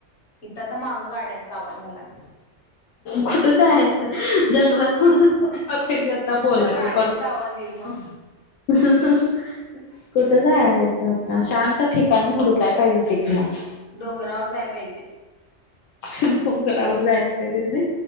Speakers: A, on the left; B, on the left.
A: इथ आता मागं गाड्यांचा आवाज झालाय <unintelligible>
B: कुठ जायाच <unintelligible> <unintelligible> जंगलात कुठ आत्ता च्या आता बोलायला
A: तिथं प्राण्यांचा
B: पण
A: आवाज येईल मग
B: <unintelligible> <unintelligible>
A: <inaudible> <unintelligible>
B: कुठं जायच आता शांत ठिकाणी हुडूकय पाहिजे तिकनग
A: डोंगरावर जाय पाहिजे <unintelligible>
B: डोंगरावर जायला पाहिजे होय